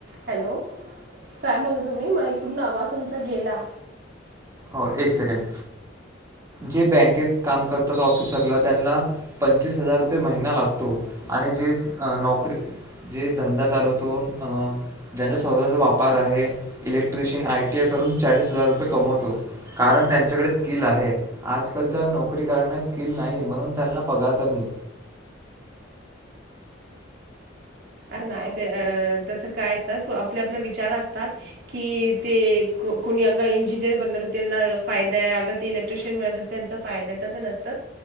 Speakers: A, on the right; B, on the right.
A: हॅलो काय म्हणत तुम्ही मधंन पूर्ण आवाज तुमचा गेला.
B: हो एक सेकंद जे बँकेत काम करतात ऑफिसरला त्यांना पंचवीस हजार रुपये महिना लागतो आणि जे नोकरी जे धंदा चालवतो अं ज्यांचा स्वतःचा व्यापार आहे इलेक्ट्रिशियन आयटीआय करून चाळीस हजार रुपये कमवतो. कारण त्यांच्याकडे स्किल आहे. आजकालच्या नोकरी करन्यास स्किल नाही म्हणून त्यांना पगार कमी.
A: अरे नाही तर तसं काय अस आपले आपले विचार असतात. कि ते कोणी अग इंजिनियर बनलं तर त्याला फायदा आहे अग इलेक्ट्रिशियन बनल तर त्यांचा फायदा आहे तस नसतं.